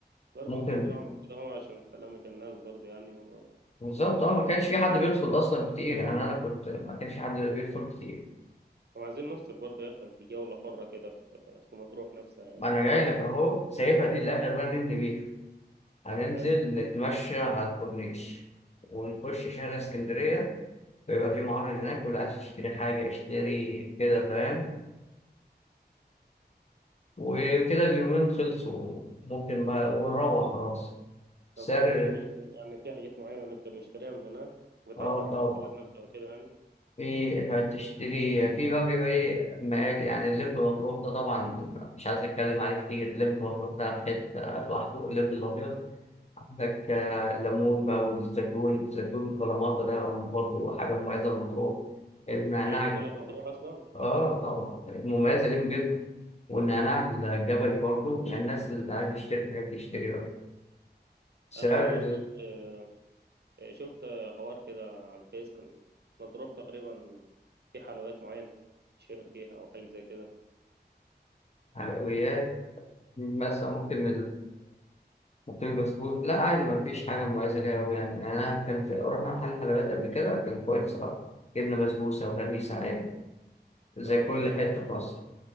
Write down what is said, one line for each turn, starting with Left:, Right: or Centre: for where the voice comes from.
Right: برضه
Left: ممكن
Right: ممكن يكون عملوا كده هو عشان سلامة الناس برضه يعني
Left: بالظبط
Right: والمنظر
Left: اه ما كانش في
Right: بيكون
Left: حد
Right: احلى
Left: بيدخل اصلا كتير يعني انا كنت ما كانش في حد بيدخل كتير
Right: طب عايزين نفصل برضه يا اخي بجولة حرة كده في في مطروح نفسها يعني
Left: ما انا جاي
Right: فاهم
Left: لك اهو سايبها دي الاخر بقى ننهي بيها هننزل
Right: لا حلو
Left: نتمشى على الكورنيش ونخش شارع اسكندريه ويبقى في معرض هناك واللي عايز يشتري حاجه اشتري كده فاهم وكده اليومين خلصوا ممكن بقى ونروح خلاص سر
Right: طب ممكن نشت... يعني في حاجات معينة نقدر نشتريها من هناك بتعبر
Left: اه طبعا
Right: عن البلد نفسها وكده يعني
Left: في هتشتري في بقى بيبقى ايه مقال يعني اللب مطروح ده طبعا مش عايز اتكلم عليه كتير اللب مطروح ده في حته لوحده اللب الابيض عندك آه، ليمون بقى والزيتون الزيتون كلاماتا ده برضه حاجه مميزه لمطروح النعناع
Right: الحاجات دي كلها في مطروح أصلا
Left: اه طبعا مميزه ليهم جدا والنعناع الجبلي برضه الناس اللي عايزه تشتري حاجات تشتري بقى سعر
Right: أنا شفت آه، شفت حوار كده على الفيس كان مطروح تقريبا في حلويات معينة شهر بيها أو حاجة زي كده
Left: الحلويات مثلا ممكن محطين البسكوت لا عادي ما فيش حاجة مميزة ليها أوي يعني يعني أنا كان في رحنا محل حلويات قبل كده كان كويس صراحة جبنا بسبوسة وهريسة عادي زي
Right: اه
Left: كل
Right: الحاجات
Left: حتة في
Right: اللي...
Left: مصر